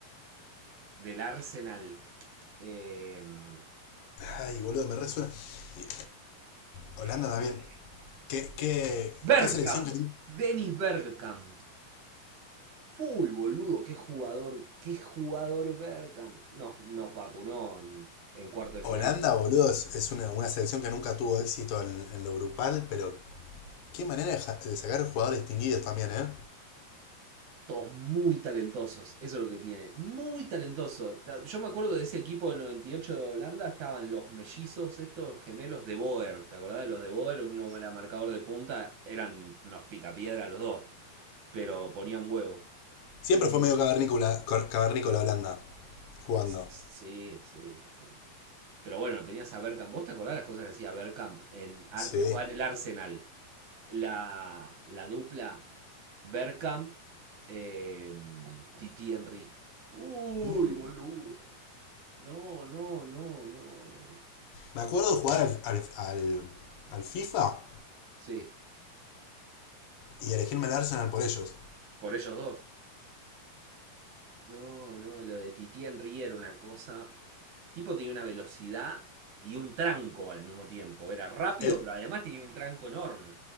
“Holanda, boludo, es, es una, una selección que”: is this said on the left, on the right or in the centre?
Left